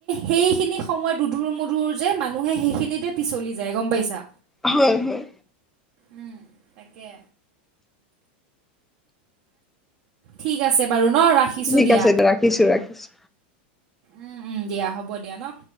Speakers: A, on the right (about 40°); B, in the centre.
A: সেইখিনি সময়ত দোধোৰ-মোধোৰ যে মানুহে সেইখিনিতে পিছলি যায় গ'ম পাইছা।
B: হয় হয়।
A: উম তাকে। ঠিক আছে বাৰু ন ৰাখিছো
B: ঠিক
A: দিয়া।
B: আছে দে ৰাখিছোঁ, ৰাখিছোঁ।
A: উম উম দিয়া হ'ব দিয়া ন।